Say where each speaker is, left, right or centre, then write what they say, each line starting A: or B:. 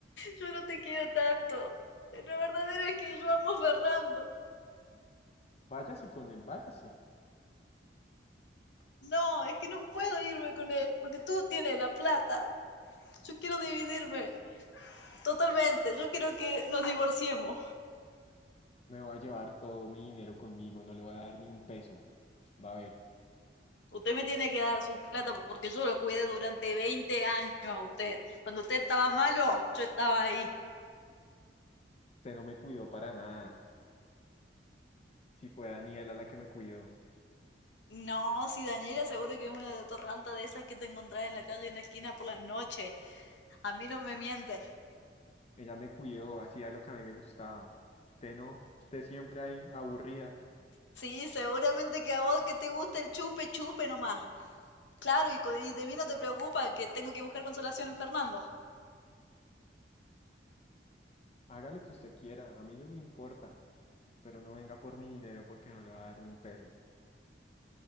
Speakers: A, on the left; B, on the left.
A: Yo no te quiero tanto. La verdadera es que yo amo a Fernando.
B: Váyase con él, váyase.
A: No, es que no puedo irme con él porque tú tienes la plata. Yo quiero dividirme totalmente. Yo quiero que nos divorciemos.
B: Me va a llevar todo mi dinero conmigo, no le voy a dar ni un peso. Va a ver,
A: Usted me tiene que dar su plata porque yo lo cuidé durante 20 años a usted. Cuando usted estaba malo, yo estaba ahí.
B: usted no me cuidó para nada. Si fue Daniela la que me cuidó.
A: No, si Daniela seguro que es una de torranta de esas que te encontrás en la calle en la esquina por las noches. A mí no me mientes.
B: Ella me cuidó, hacía lo que a mí me gustaba. Usted no, usted siempre ahí aburrida.
A: Sí, seguramente que a vos que te gusta el chupe, chupe nomás. Claro, y, co- y de mí no te preocupa que tengo que buscar consolación en Fernando.
B: Haga lo que usted quiera, a mí no me importa, pero no venga por mi dinero porque no le va a dar ni un peso.